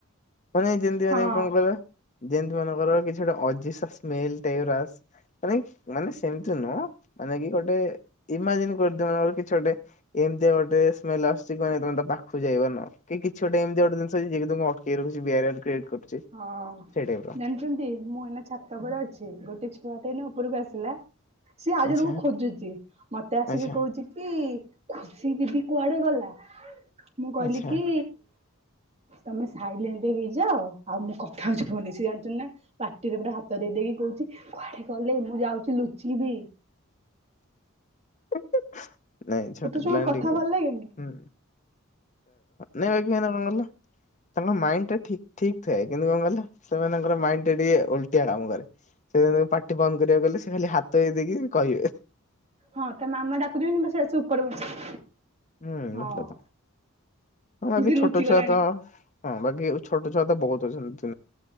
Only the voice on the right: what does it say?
ହଁ।
ହଁ
ଜାଣିଛନ୍ତି ମୁଁ ହେଲା ଛାତ ଗୋଟେ ଛୁଆ ନୁ ଉପରକୁ ଆସିଲା ସିଏ ଆଉ
ଜଣଙ୍କୁ ଖୋଜୁଛି ମତେ ଆସିକି
କହୁଛି କି? ଖୁସି ଦିଦି କୁଆଡ଼େ ଗଲା। ମୁଁ କହିଲି
କି ତମେ ସାଇଲେଣ୍ଡ ହେଇ ଯାଅ। ଆଉ ମୋ କଥା ହଉଛି ଫନ ସେ ଜାଣିୁଛନ୍ତି ନା ପାଟିରେ ପୁରା ହାତ ଦେଇ ଦେଇକି କହୁଛି କୁଆଡେ଼ କଲେ ମୁଁ ଯାଉଛି ଲୁଚ ବି।
ଛୁଆଙ୍କ
କଥା
ଭଲ ଲାଗେନି
ହଁ ତା ମାମା ଡାକୁଥିବେ କିନ୍ତୁ ସେ ଆସି ଉପରେ ବସି
ହଁ
ସେ
ଲୁଚି
ଗଲାଣି।